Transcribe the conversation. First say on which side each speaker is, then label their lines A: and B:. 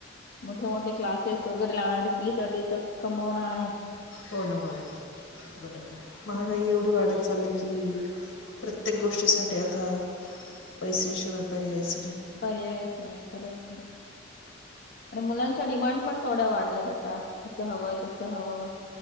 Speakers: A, on the left; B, on the left.
A: मोठे मोठे क्लासेस वगैरे लावण्यासाठी फी साठी तर कमवणं आहे.
B: हो ना हो ना. बरं हो ना महागाई
A: हम्म.
B: एवढी वाढत चालली की प्रत्येक गोष्टीसाठी आता पैसे शिवाय पर्यायच नाही.
A: पर्यायच नाही खरंच नाही. आणि मुलांच्या डिमांड पण थोड्या वाढल्यात आता असं हवं तसं हवं.